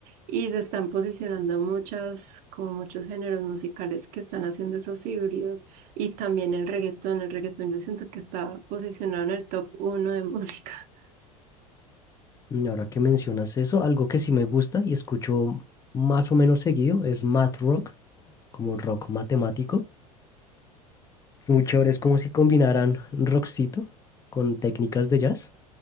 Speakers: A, on the right; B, on the left.
A: y se están posicionando muchas, como muchos géneros musicales que están haciendo esos híbridos y también el reggaetón. El reggaetón yo siento que está posicionado en el top uno de música. <laughs>
B: Y ahora que mencionas eso, algo que sí me gusta y escucho más o menos seguido es math rock, como rock matemático. Muy chévere, es como si combinaran rockcito con técnicas de jazz.